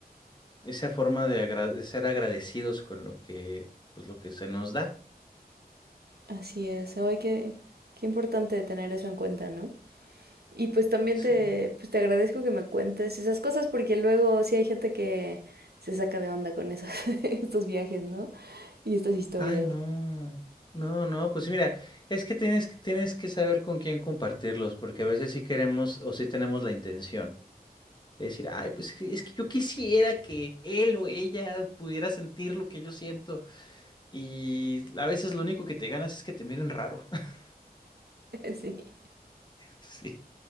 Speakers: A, on the left; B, on the right.
A: esa forma de, agra- de ser agradecidos con lo que, pues lo que se nos da.
B: Así es. Ay, qué, qué importante tener eso en cuenta, ¿no? Y pues también
A: Sí.
B: te, pues te agradezco que me cuentes esas cosas porque luego sí hay gente que se saca de onda con esos, <laughs> estos viajes, ¿no? Y estas historias.
A: Ay, no. No, no, pues mira, es que tienes, que- tienes que saber con quién compartirlos, porque a veces sí queremos o sí tenemos la intención. de decir, ay, pues es que es que yo quisiera que él o ella pudiera sentir lo que yo siento. Y a veces lo único que te ganas es que te miren raro. <laughs>
B: <laughs> Sí.
A: Sí.